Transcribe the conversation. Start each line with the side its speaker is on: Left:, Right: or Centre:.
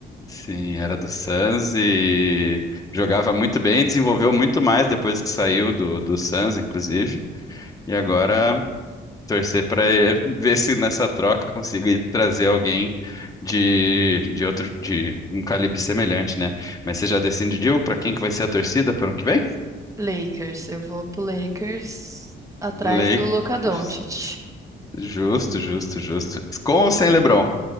Left: Sim, era do Suns e jogava muito bem, desenvolveu muito mais depois que saiu do, do Suns, inclusive. E agora Torcer para ver se nessa troca conseguir trazer alguém de, de outro de um calibre semelhante, né? Mas você já decidiu para quem que vai ser a torcida para o ano que vem?
Right: Lakers. Eu vou pro Lakers atrás
Left: Lakers.
Right: do Luka Doncic,
Left: Justo, justo, justo. Com ou sem LeBron?